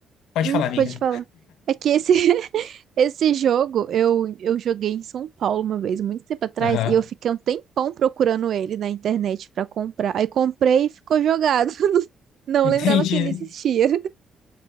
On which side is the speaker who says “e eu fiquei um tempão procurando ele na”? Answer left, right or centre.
Right